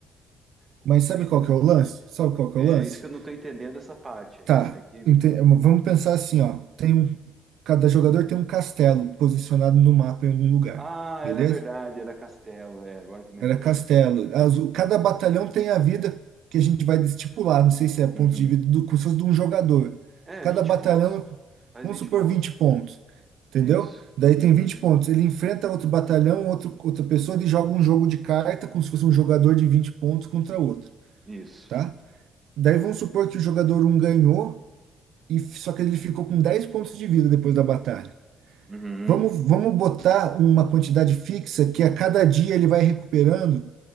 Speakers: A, on the right (about 30°); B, on the right (about 80°).
A: o-
B: mas sabe
A: a ide-
B: qual que é o lance? Sabe qual que
A: é
B: é o lance?
A: isso que eu não estou entendendo essa parte aí,
B: Tá,
A: como é que
B: ente- vamos pensar assim, ó, tem um, cada jogador tem um castelo posicionado no mapa em algum lugar,
A: Ah,
B: beleza?
A: era verdade, era Castelo, é, agora que eu me
B: Era
A: lembrei.
B: castelo. As- o- cada batalhão tem a vida que a gente vai estipular. Não sei se é pontos
A: Uhum.
B: de vida do, como se fosse de um jogador.
A: É,
B: Cada
A: 20
B: batalhão,
A: pontos. Mais
B: vamos
A: 20
B: supor,
A: pontos.
B: 20 pontos. Entendeu?
A: Isso.
B: Daí
A: Uhum.
B: tem 20 pontos. Ele enfrenta outro batalhão, outro, outra pessoa, ele joga um jogo de carta, como se fosse um jogador de 20 pontos contra outro,
A: Isso.
B: tá? Daí vamos supor que o jogador um ganhou, e f- só que ele ficou com 10 pontos de vida depois da batalha.
A: Uhum.
B: Vamos, vamos botar uma quantidade fixa que a cada dia ele vai recuperando